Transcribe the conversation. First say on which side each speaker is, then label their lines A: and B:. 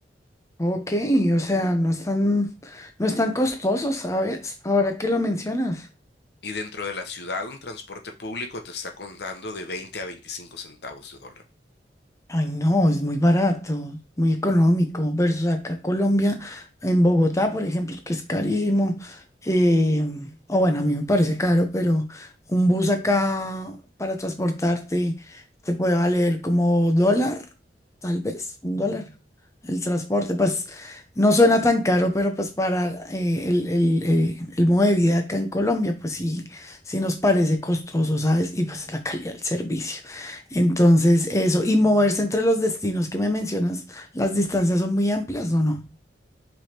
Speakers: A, on the left; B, on the left.
A: Ok, o sea, no están, no están costosos, ¿sabes? Ahora que lo mencionas.
B: Y dentro de la ciudad, un transporte público te está contando de 20 a 25 centavos de dólar.
A: Ay, no, es muy barato, muy económico, versus acá Colombia, en Bogotá, por ejemplo, que es carísimo. eh, o bueno, a mí me parece caro, pero un bus acá para transportarte te puede valer como dólar, tal vez, un dólar. El transporte, pues no suena tan caro, pero pues para eh, el, el- el- el modo de vida acá en Colombia, pues sí, sí nos parece costoso, ¿sabes? Y pues la calidad del servicio. Entonces, eso, y moverse entre los destinos que me mencionas, las distancias son muy amplias, ¿o no?